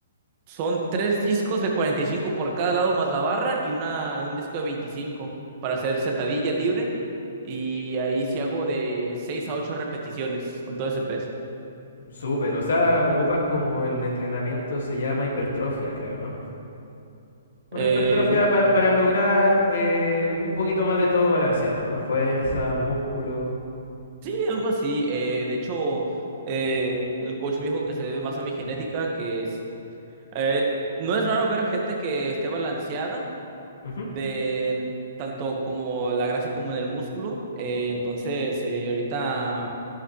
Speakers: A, on the right (about 40°); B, on the left (about 70°).
A: Son tres discos de 45 por cada lado más la barra y una, un disco de 25 para hacer sentadilla libre. Y ahí sí hago de 6 a 8 repeticiones con todo ese peso.
B: Súper, o sea, ocupas como el entrenamiento se llama hipertrofia, creo, ¿no? Una
A: Eh,
B: hipertrofia para, para lograr eh, un poquito más de todo balanceado, ¿no? Fuerza, músculo.
A: sí, algo así. Eh, de hecho, eh, el coach me dijo que se debe más a mi genética, que es... eh, no es raro ver gente que esté balanceada
B: Ujú.
A: de tanto como la grasa como en el músculo. Eh, entonces, eh, ahorita...